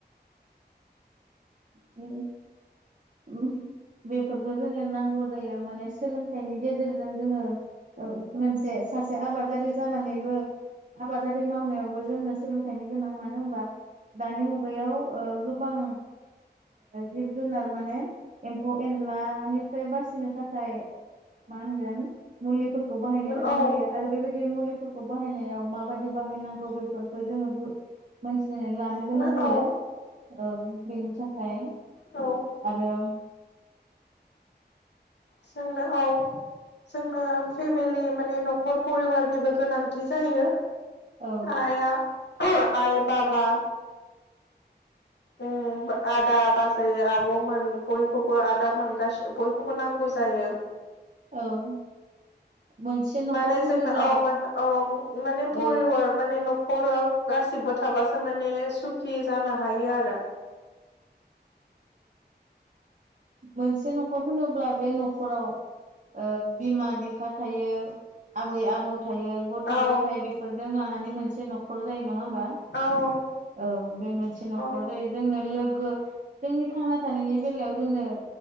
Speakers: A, on the right; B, on the left.
A: उ ओम बेफोरखौ जोङो नांगौ जायो माने सोलोंथाइनि गेजेरजों जोङो मोनसे सासे आबादारि जानानैबो आबादारि मावनायावबो जोंनो सोलोंथाइनि गोनां मानो होमबा दानि मुगायाव ओ गोबां जिब जुनार माने एम्फौ एनलानिफ्राय बासिनो थाखाय मा होनगोन मुलिफोरखौ बाहायनो
B: औ
A: गोनां
B: औ
A: जायो आरो बेबायदि मुलिफोरखौ बाहायनायाव माबायदि बाहायनांगौ बेफोर खौ जोङो मोनथिनानै लानो गोनां
B: औ
A: जायो
B: औ
A: ओ बेनि थाखाय
B: औ
A: आरो
B: जोंनो औ जोंनो फेमिलि माने न'खर फरिबारनिबो गोनांथि जायो
A: औ
B: आया आइ बाबा
A: <inaudible>
B: उम आदा बाजै आब'मोन बयखौबो आदा मोन गासिबो बयखौबो नांगौ जायो
A: औ मोनसे न'खर
B: माने
A: होनोब्ला
B: जोंना औ औ माने परिबार
A: ओ
B: माने न'खराव गासिबो थाबासो माने सुखि जानो हायो आरो
A: मोनसे न'खर होनोब्ला बे न'खराव ओ बिमा बिफा थायो आबै आबौ थायो गथ'
B: औ
A: गथाय बे फोरजों लानानै मोनसे न'खर न'खर जायो नङा होमबा
B: औ
A: औ बे मोनसे न'खर
B: औ
A: जायो जोंनो लोगो जोंनि थांना थानायनि बेलायाव जोंनो